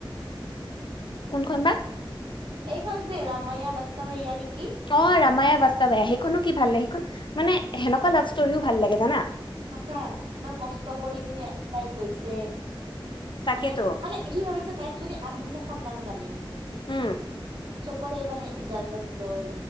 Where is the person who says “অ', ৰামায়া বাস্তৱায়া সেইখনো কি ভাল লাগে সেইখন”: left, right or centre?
Left